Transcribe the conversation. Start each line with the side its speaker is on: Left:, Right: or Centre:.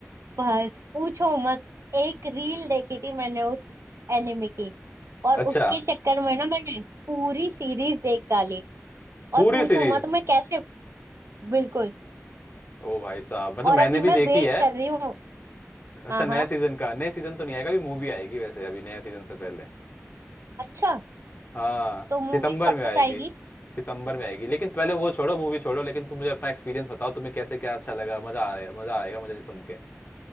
Right: बस पूछो मत एक रील देखी थी मैंने उस एनिमे की और
Left: अच्छा
Right: उसके चक्कर में ना मैंने पूरी सीरीज देख डाली और
Left: पूरी
Right: पूछो
Left: सीरीज
Right: मत मैं कैसे बिल्कुल
Left: ओ भाई साहब मतलब
Right: और
Left: मैंने
Right: अभी
Left: भी
Right: मैं
Left: देखी
Right: वेट
Left: है
Right: कर रही हूँ
Left: अच्छा
Right: हाँ
Left: नया
Right: हाँ
Left: सीजन का नया सीजन तो नहीं आएगा अभी मूवी आएगी वैसे अभी नया सीजन से पहले
Right: अच्छा
Left: हाँ
Right: तो मूवीज
Left: सितंबर
Right: कब
Left: में आएगी
Right: तक आएगी
Left: सितंबर में आएगी लेकिन पहले वो छोड़ो मूवी छोड़ो लेकिन तुम मुझे अपना एक्सपीरियंस बताओ तुम्हें कैसे क्या अच्छा लगा मजा आ रहा है मजा आएगा मुझे सुन के